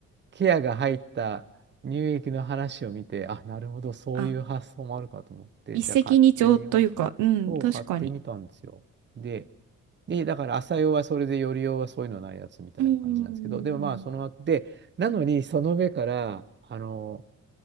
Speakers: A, on the right; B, on the right.
A: ケアが入った乳液の話を見て、あ、なるほど、そういう発想もあるかと思って、
B: あ、一石二鳥というか、
A: じゃあ買ってみよう。
B: うん、
A: そう、
B: 確かに。
A: 買ってみたんですよ。で、で、だから朝用はそれで、夜用はそういうのないやつみたいな感じなんですけど、
B: うん。
A: でもまあ、その後で、なのに、その上から、あの、